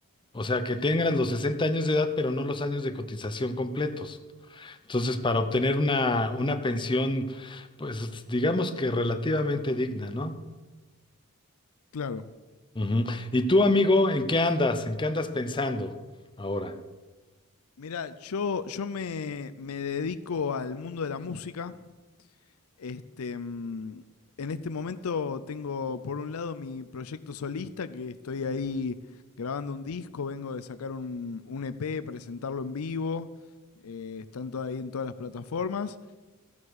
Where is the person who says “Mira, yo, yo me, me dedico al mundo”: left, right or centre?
Left